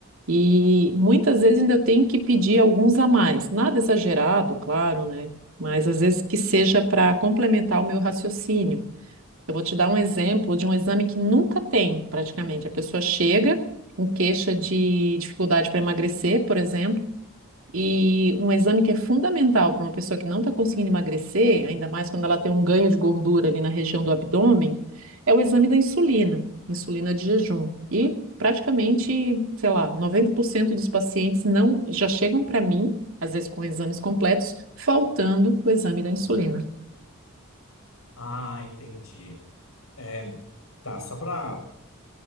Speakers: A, on the right; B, on the left.
A: E muitas vezes ainda tem que pedir alguns a mais. Nada exagerado, claro, né? Mas às vezes que seja para complementar o meu raciocínio. Eu vou te dar um exemplo de um exame que nunca tem, praticamente. A pessoa chega com queixa de dificuldade para emagrecer, por exemplo. E um exame que é fundamental para uma pessoa que não está conseguindo emagrecer, ainda mais quando ela tem um ganho de gordura ali na região do abdômen, é o exame da insulina, insulina de jejum. E praticamente, sei lá, 90% dos pacientes não já chegam para mim, às vezes com exames completos, faltando o exame da insulina.
B: Ah, entendi. É, tá, só para